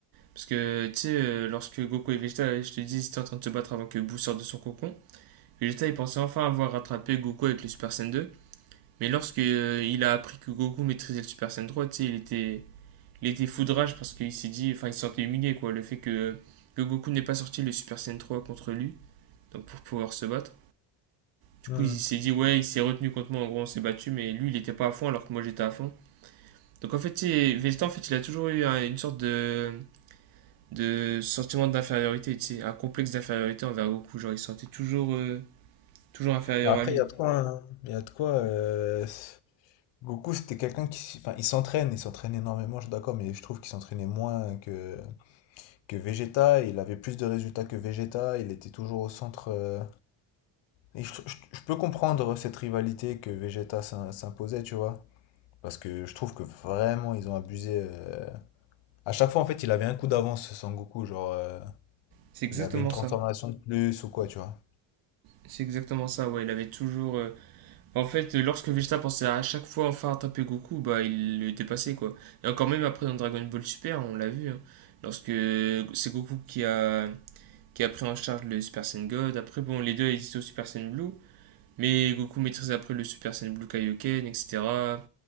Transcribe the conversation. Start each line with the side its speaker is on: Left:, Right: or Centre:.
Right: Parce que, tu sais, euh, lorsque Goku et Vegeta, je te dis, ils étaient en train de se battre avant que Boo sorte de son cocon, Vegeta, il pensait enfin avoir rattrapé Goku avec le Super Saiyan 2. Mais lorsque euh, il a appris que Goku maîtrisait le Super Saiyan 3, tu sais, il était, il était fou de rage parce qu'il s'est dit, enfin, il se sentait humilié, quoi, le fait que, que Goku n'ait pas sorti le Super Saiyan 3 contre lui, donc pour pouvoir se battre. Du
Left: Hmm.
Right: coup, il s'est dit, ouais, il s'est retenu contre moi, en gros, on s'est battu, mais lui, il était pas à fond alors que moi, j'étais à fond. Donc en fait, tu sais, Vegeta, en fait, il a toujours eu un- une sorte de, de sentiment d'infériorité, tu sais, un complexe d'infériorité envers Goku. Genre, il se sentait toujours, euh, toujours inférieur
Left: Bah Après,
Right: à lui.
Left: il y a de quoi. hein. Il y a de quoi. euh, Goku, c'était quelqu'un qui. s- Enfin, il s'entraîne, il s'entraîne énormément, je suis d'accord, mais je trouve qu'il s'entraînait moins que... que Vegeta. Il avait plus de résultats que Vegeta. Il était toujours au centre. euh, Et je, je- je peux comprendre cette rivalité que Vegeta s'im- s'imposait, tu vois. Parce que je trouve que vraiment, ils ont abusé. euh, À chaque fois, en fait, il avait un coup d'avance, Sangoku. Genre, euh,
Right: C'est exactement
Left: il avait une transformation
Right: ça.
Left: de plus ou quoi, tu vois.
Right: C'est exactement ça, ouais. Il avait toujours. euh, En fait, lorsque Vegeta pensait à chaque fois enfin attraper Goku, bah, il le dépassait, quoi. Et encore même après dans Dragon Ball Super, on l'a vu, hein, lorsque c'est Goku qui a, qui a pris en charge le Super Saiyan God. Après, bon, les deux ils étaient au Super Saiyan Blue. Mais Goku maîtrise après le Super Saiyan Blue Kaioken, etc.